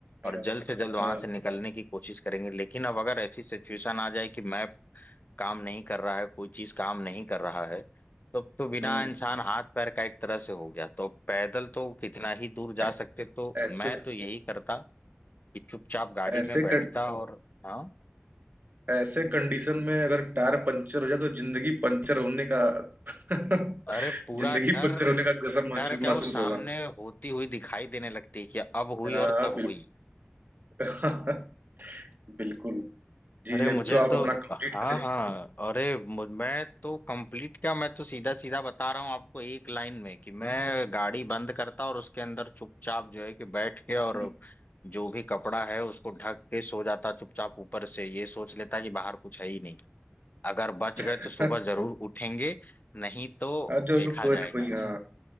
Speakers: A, on the left; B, on the right.
A: और
B: <laughs> हाँ,
A: जल्द से जल्द वहां
B: हाँ,
A: से निकलने की कोशिश करेंगे लेकिन अब अगर ऐसी सिचुएशन आ जाए कि मैप काम नहीं कर रहा है कोई चीज काम नहीं कर रहा है तब तो बिना
B: हम्म
A: इंसान हाथ पैर का एक तरह से हो गया तो पैदल तो कितना ही दूर जा
B: ऐ-
A: सकते तो
B: ऐसे
A: मैं तो यही करता कि चुपचाप गाड़ी
B: ऐसे
A: में बैठता
B: कं-
A: और हाँ
B: ऐसे कंडीशन में अगर टायर पंचर हो जाए तो जिंदगी पंचर होने का <laughs>
A: अरे पूरा
B: जिंदगी
A: डर
B: पंचर होने का जैसा
A: डर
B: महसूस
A: क्या
B: महसूस
A: वो सामने
B: होगा
A: होती हुई दिखाई देने लगती है कि अब हुई
B: हाँ
A: और तब हुई
B: बिल्कुल <laughs> बिल्कुल जी
A: अरे
B: जी अब
A: मुझे
B: तो आप
A: तो
B: अपना कंप्लीट
A: हाँ हाँ अरे मु- मैं तो कंप्लीट क्या मैं तो सीधा सीधा बता रहा हूँ आपको एक लाइन में कि मैं गाड़ी बंद करता और उसके अंदर चुपचाप जो है कि बैठ के और
B: करें
A: जो भी कपड़ा है उसको ढक के सो जाता चुपचाप ऊपर से ये सोच लेता कि बाहर कुछ है ही नहीं अगर बच गए तो
B: <laughs>
A: सुबह जरूर उठेंगे नहीं तो
B: हाँ जरूर
A: देखा
B: कोई
A: जाएगा
B: ना कोई हाँ
A: <laughs>